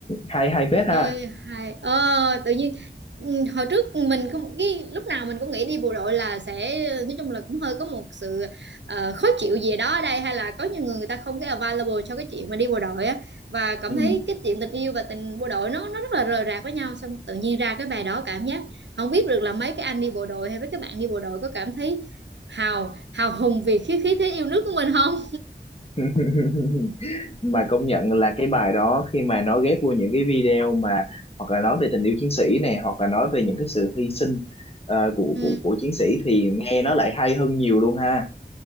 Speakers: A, on the left; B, on the right.
A: hay hay phết ha
B: Ôi hài ờ, tự nhiên ừ, hồi trước mình không cái lúc nào mình cũng nghĩ đi bộ đội là sẽ nói chung là cũng hơi có một sự ờ, khó chịu gì đó ở đây hay là có nhiều người người ta không cái available cho cái chuyện mà đi bộ đội á và cảm
A: ừ.
B: thấy cái chuyện tình yêu và tình bộ đội nó nó rất là rời rạc với nhau xong tự nhiên ra cái bài đó cảm giác không biết được là mấy cái anh đi bộ đội hay mấy các bạn đi bộ đội có cảm thấy hào hào hùng vì khí khí thế yêu nước của mình không?
A: <laughs> mà công nhận là cái bài đó khi mà nó ghép vô những cái video mà hoặc là nói về tình yêu chiến sĩ này hoặc là nói về những cái sự hy sinh ờ, của
B: Ừ.
A: của của chiến sĩ thì nghe nó lại hay hơn nhiều luôn ha